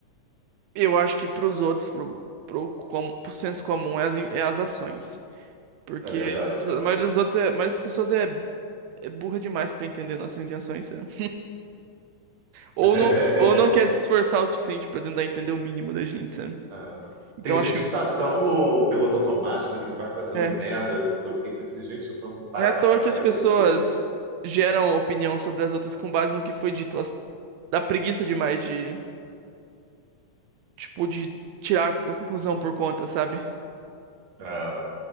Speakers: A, on the right; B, on the right.
A: Eu acho que para os outros, pro, pro, com, pro senso comum, é as, in- é as ações. Porque
B: É verdade,
A: a
B: é.
A: maioria dos outros, é, a maioria das pessoas é, é burra demais para entender nossas intenções, sabe? Ou
B: <laughs>
A: não, ou não quer se esforçar o suficiente para tentar entender o mínimo da gente, sabe?
B: É.
A: Então
B: Tem gente
A: acho que
B: que tá tão no piloto automático, né? Que vai fazendo
A: é.
B: merda, não sei o quê, que você pensa, gente, então vai
A: Não é à
B: parar
A: toa
B: para
A: que as
B: refletir.
A: pessoas geram opinião sobre as outras com base no que foi dito. Elas dá preguiça demais de, tipo, de tirar a conclusão por conta, sabe?
B: É,